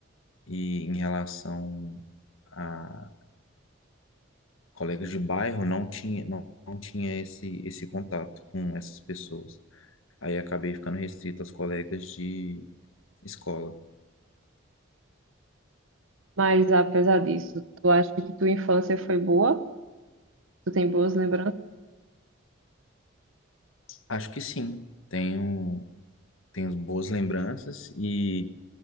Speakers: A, on the left; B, on the right.
A: e em relação a colegas de bairro, não tinha, não, não tinha esse, esse contato com essas pessoas. Aí acabei ficando restrito aos colegas de escola.
B: Mas apesar disso, tu acha que tua infância foi boa? Tu tem boas lembranças?
A: Acho que sim, tenho, tenho boas lembranças, e